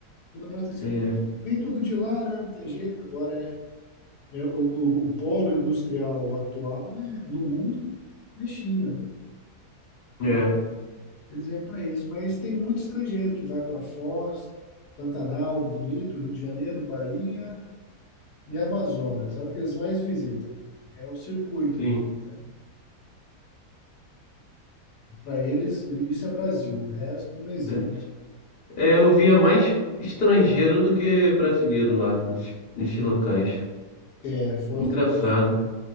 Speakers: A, on the left; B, on the left.
A: Tudo abastecido.
B: é,
A: Vem tudo de lá, né? Não tem jeito. Agora, é, é o, o o polo industrial atual é, no mundo é China. Então,
B: é,
A: Eles vêm para isso, mas tem muito estrangeiro que vai para Foz, Pantanal, Bonito, Rio de Janeiro, Bahia e Amazonas. É o que eles mais visitam. É o circuito
B: sim,
A: deles. Para eles, isso é Brasil, o resto não existe.
B: é. É, eu via mais estrangeiro do que brasileiro lá, nesses, nesses locais.
A: É, Foz
B: Engraçado.
A: do Iguaçu.